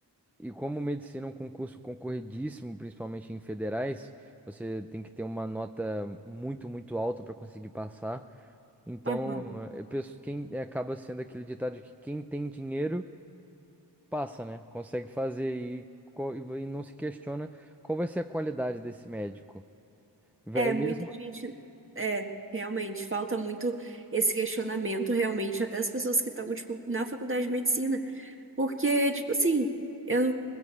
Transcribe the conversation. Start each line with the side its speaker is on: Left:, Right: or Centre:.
Centre: e como medicina é um concurso concorridíssimo, principalmente em federais, você tem que ter uma nota muito, muito alta para conseguir passar. Então,
Right: Aham.
Centre: eu penso, quem é, acaba sendo aquele ditado de que quem tem dinheiro passa, né? Consegue fazer e, co- e não se questiona qual vai ser a qualidade desse médico. Vai,
Right: É,
Centre: mesmo,
Right: muita gente. É, realmente, falta muito esse questionamento, realmente, até as pessoas que estão, tipo, na faculdade de medicina. Porque, tipo assim, eu